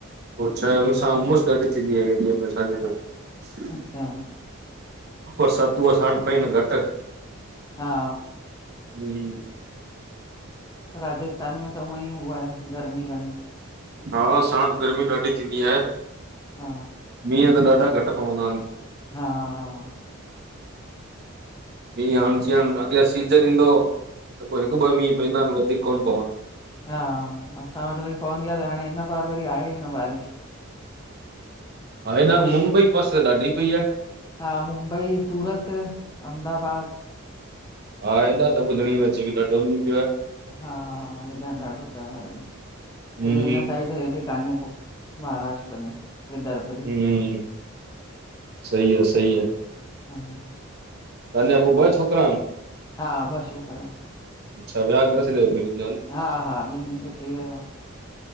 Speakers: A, on the right; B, on the left.
A: पो छाहे हुन सां उमसि ॾाढी थींदी आ एरिया में असांजे लाए।
B: अच्छा
A: पर सतू अ सान पई न घटि <unintelligible>
B: हा
A: हम
B: राजस्थान में त उवई उहा आहे गर्मी घणी
A: हा असां वटि गर्मी ॾाढी थींदी आहे
B: हा
A: मींहं त ॾाढा घटि पवंदा आहिन
B: हा हा
A: महुं हाणे जीअं अॻियां सीजन ईंदो त को हिकु ॿ मीहं पवंदा आहिनि वधीक कोन्ह पवंदो
B: हा असां वटि वरी पवंदी आहे त हाणे हिन बार वरी आहे ई न बारिश
A: हा हेॾा मुंबई पासे त ॾाढी पई आहे
B: हा मुंबई सूरत अहमदाबाद
A: हा हेॾा त ॿुधणी में अचे तो ॾाढो मीहु पियो आहे
B: हा हेॾा ॾाढो पियो आहे हेॾे
A: हम्म
B: हेॾे हिन साइड हेॾे कान्हे को महाराष्ट्र में विदर्भ ॾे
A: हम सईी आहे सही आहे
B: हा हा हा
A: तव्हांजा पोइ ॿ छोकिरा आहिन
B: हा ॿ छोकरा
A: अच्छा विहाउ करे छॾुव ॿिनिन
B: हा हा ॿिन्हिनि जो थी वियो आं